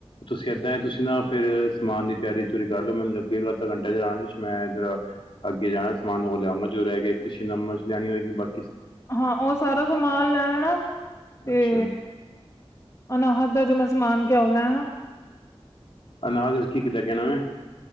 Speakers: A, on the left; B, on the left.
A: ਤੁਸੀਂ ਏਦਾਂ ਤੁਸੀਂ ਨਾ ਫਿਰ ਸਮਾਨ ਦੀ ਤਿਆਰੀ ਤੁਰੀ ਕਰ ਲਓ, ਮਨ ਲਗੇਗਾ ਅੱਧਾ ਘੰਟਾ ਜਰਾ ਆਨ ਇਚ ਮੈ ਜਰਾ ਅੱਗੇ ਜਾਣਾ ਸਮਾਨ ਹੋਰ ਲਿਆਉਂਗਾ ਜੋ ਰਹਿ ਗਿਆ ਇੱਕ ਸ਼ਿਮਲਾ ਮਿਰਚ ਲੈਣੀ ਹੋਏਗੀ ਬਟ
B: ਹਾਂ ਉਹ ਸਾਰਾ ਸਮਾਨ ਲੈ ਆਣਾ ਤੇ
A: ਅੱਛਾ
B: ਅਨਾਹਦ ਦਾ ਜੋ ਮੈਂ ਸਮਾਨ ਕਿਹਾ ਉਹ ਲੈ ਆਣਾ।
A: ਅਨਾਹਦ ਵਾਸਤੇ ਕੀ ਕੀ ਲੈ ਕੇ ਆਣਾ ਵੇ।